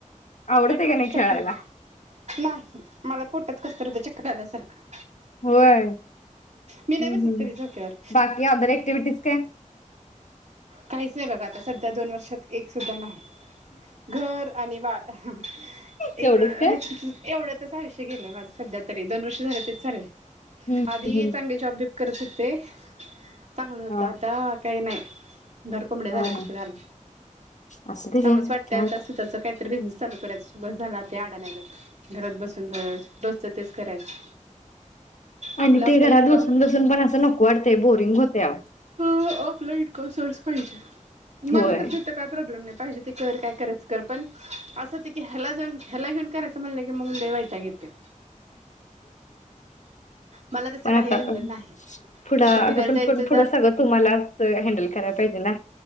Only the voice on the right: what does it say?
ऑटोमॅटिक
चक्कर
नाही मला पोटत कसतत चक्कर आल्यासारखं....
मी नाही
बसत
कधी झोक्यावर
काहीच नाही बघा आता सध्या दोन वर्षात एक सुद्धा नाही. घर आणि बाळ अ हा ह आई
ग
ॲटीट्यूड एवढ्यातच आयुष्य गेलंय माझ सध्या तरी दोन वर्ष झालं तेच चारले.
अधी
चांगली जॉब बिब करत हुते. चांगलं होतं
आता काही नाही. घर कोंबड्या
झाल्यासारखं
झालय.
त्यामुळं
वाटतय
आता स्वतःच काहीतरी बिझनेस चालू करायचं बस झाल आता ते अडण्यागत घरात बसून... रोजच तेच करायचं. आपलं
आपलं
इन्कम
हम्म ऑफलाईट कोर्सेस पाहिजे. मला
तस हित काय प्रॉब्लेम नाही. पाहिजे ते कर, काय करायचं कर पण असं होत की ह्याला जाऊन ह्याला घेऊन करायचं म्हणलं की मग लय वैताग येतोय. मला तस
काही बंधन
नाही.
कुठं
फिरायला
जायचं